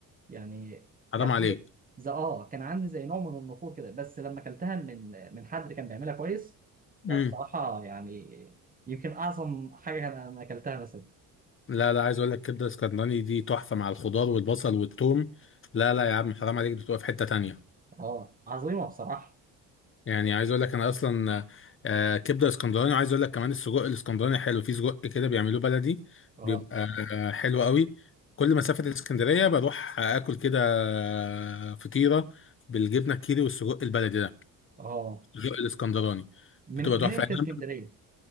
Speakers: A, on the right (about 25°); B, on the left (about 35°).
A: يعني
B: حرام
A: كان
B: عليك
A: عندي زي اه كان عندي زي نوع من النفور كده بس لما اكلتها من من حد كان بيعملها كويس لا
B: امم
A: بصراحة يعني يمكن أعظم حاجة أنا أنا أكلتها مثلا
B: لا لا عايز اقول لك كبده اسكندراني دي تحفه مع الخضار والبصل والثوم لا لا يا عم حرام عليك بتبقى في حته تانية
A: اه عظيمة بصراحة
B: يعني عايز اقول لك انا اصلا آه، كبده اسكندراني وعايز اقول لك كمان السجق الاسكندراني حلو في سجق كده بيعملوه بلدي
A: اه
B: بيبقى آه، حلو قوي كل مسافه اسكندريه بروح اكل كده آه، فطيره بالجبنه الكيري والسجق البلدي ده
A: اه
B: السجق الاسكندراني
A: من
B: بتبقى
A: منين
B: تحفه أنا
A: في اسكندرية